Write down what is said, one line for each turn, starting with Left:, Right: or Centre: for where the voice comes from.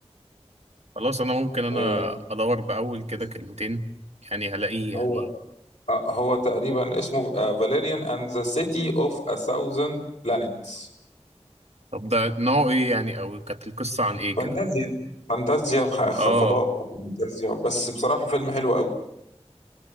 Right: خلاص انا ممكن انا
Left: آه،
Right: ادور باول كده
Left: اس-
Right: كلمتين يعني هلاقيه يعني
Left: هو آه، هو تقريبا اسمه فاليريان اند ذا سيتي اوف ا ثاوزند بلانيتس
Right: طب ده نوعه ايه يعني او كانت القصة عن ايه
Left: فانتازيا
Right: كده
Left: فانتازيا ح-
Right: اه
Left: فضاء وفانتازيا بس بصراحه فيلم حلو قوي